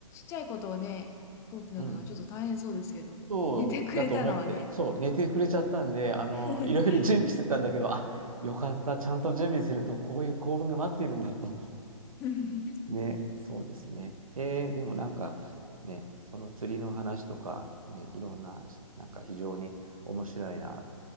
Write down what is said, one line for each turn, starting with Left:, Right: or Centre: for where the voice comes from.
Left: ちゃいことをね、飛行機乗るのはちょっと大変そうですけど。
Right: うん。そうだと思って、
Left: <laughs> 寝てくれたのはね。
Right: そう、寝てくれちゃったんで、
Left: <laughs>
Right: あの、いろいろ準備してたんだけど、あ、よかった、ちゃんと準備すると、こういう幸運が待っているんだと
Left: い
Right: ね、そうですね。えーでもなんかね、その釣りの話とか、ね、いろんな話、なんか非常に面白いな。